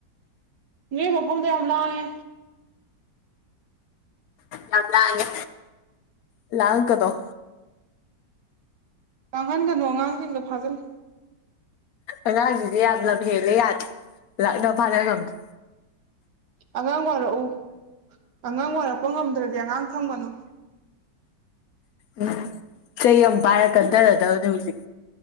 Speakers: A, on the right; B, on the left.
A: ꯅꯦ ꯃꯐꯝꯗ ꯌꯥꯝ ꯂꯥꯡꯉꯦ
B: ꯌꯥꯝ ꯂꯥꯡꯉꯦ ꯂꯥꯡꯉꯛꯀꯅꫭ
A: ꯂꯡꯍꯟꯒꯅꫭ ꯑꯉꯥꯡꯁꯤꯡꯗꯣ ꯐꯥꯖꯜ
B: ꯑꯉꯥꯡꯖꯤꯡꯖꯦ ꯌꯥꯝ ꯂꯝ ꯍꯦꯜꯂꯦ ꯌꯥꯗꯦ ꯂꯛꯅꯕ ꯐꯥꯅ ꯉꯝꯗ꯭ꯔꯦ
A: ꯑꯉꯥꯡ ꯋꯥꯔꯛꯎ ꯑꯉꯥꯡ ꯋꯥꯔꯛꯄ ꯉꯝꯗ꯭ꯔꯗꯤ ꯑꯉꯥꯡ ꯊꯝꯒꯅꯨ
B: ꯎꯝ ꯆꯩ ꯑꯃ ꯄꯥꯏꯔ ꯀꯟꯗꯔꯗꯕꯅꯦ ꯍꯧꯖꯤꯛ